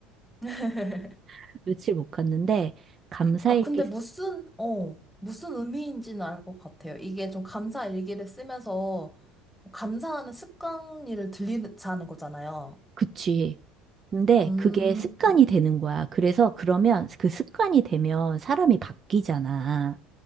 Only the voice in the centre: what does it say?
<laughs>
아, 근데 무슨, 어, 무슨 의미인지는 알 것 같아요. 이게 좀 감사 일기를 쓰면서 감사하는 습관을 들리자는 거잖아요.
음,